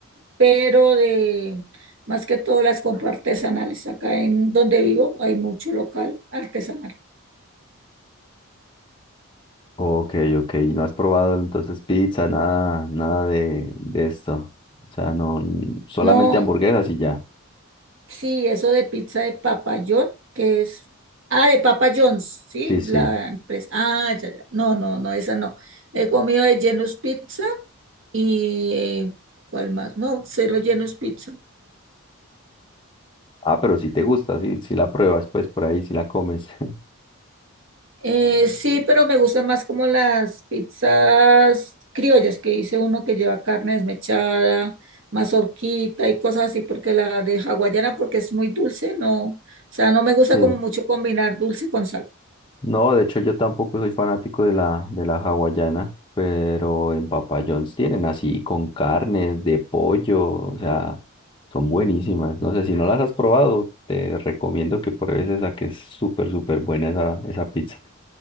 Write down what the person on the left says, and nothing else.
Ok, ok. ¿No has probado entonces pizza, nada, nada de, de esto? O sea, no, solamente
hamburguesas y ya.
Sí, sí.
Ah, pero si te gusta, si, si la pruebas, pues por ahí, si la comes. <laughs>
Sí.
No, de hecho yo tampoco soy fanático de la, de la hawaiana, pero en Papa John's tienen así con carnes de pollo, o sea, son buenísimas. No sé, si no las has probado, te recomiendo que pruebes esa, que es súper, súper buena esa, esa pizza.